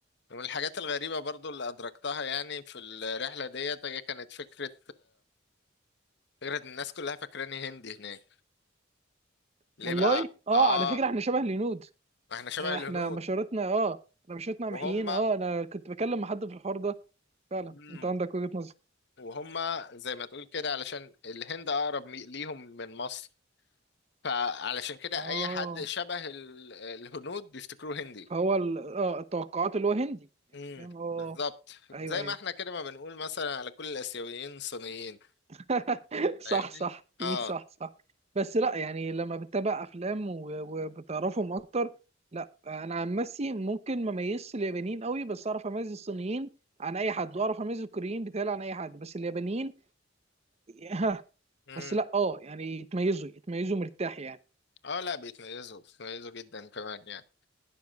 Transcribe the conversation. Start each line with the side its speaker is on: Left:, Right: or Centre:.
Left: ومن الحاجات الغريبة برضو اللي أدركتها يعني في الرحلة ديت هي كانت فكرة فكرة إن الناس كلها فاكراني هندي هناك ليه
Right: والله
Left: بقى؟
Right: اه
Left: آه
Right: على فكره احنا شبه الهنود
Left: ما احنا شبه
Right: آه،
Left: الهنود
Right: احنا بشرتنا اه انا بشرتنا
Left: وهم
Right: محيين اه انا كنت بكلم مع حد في الحوار ده فعلا
Left: مم.
Right: انت عندك وجهه نظر
Left: وهم زي ما تقول كده علشان الهند أقرب مي- ليهم من مصر فعلشان كده
Right: اه
Left: أي حد شبه ال- الهنود بيفتكروه هندي
Right: فهو ال- اه التوقعات اللي هو هندي يعني
Left: امم
Right: فاهم اه آه.
Left: بالظبط
Right: ايوه
Left: زي
Right: ايوه
Left: ما احنا كده ما بنقول مثلا على كل الاسيويين صينيين
Right: <laughs>
Left: فاهمني
Right: صح صح في
Left: اه
Right: صح صح بس لا يعني لما بتتابع افلام و- وبتعرفهم اكتر لا انا عن نفسي ممكن ما اميزش اليابانيين قوي بس اعرف اميز الصينيين عن اي حد واعرف اميز الكوريين بتاعي عن اي حد بس اليابانيين <laughs>
Left: امم
Right: بس لا اه يعني يتميزوا يتميزوا مرتاح يعني
Left: اه لا بيتميزوا بيتميزوا جدا كمان يعني